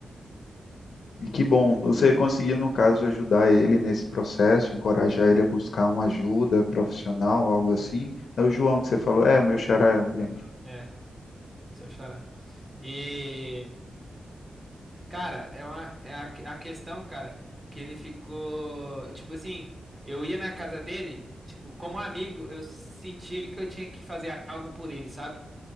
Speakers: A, on the left (about 70°); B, on the right (about 15°).
A: E que bom, você conseguiu, no caso, ajudar ele nesse processo, encorajar ele a buscar uma ajuda profissional, algo assim. É o João que você falou, é, o meu xará, eu lembro.
B: É, se eu chorar. E, cara, é uma é a, a questão, cara, que ele ficou, tipo assim, eu ia na casa dele, tipo, como amigo, eu senti que eu tinha que fazer algo por ele, sabe?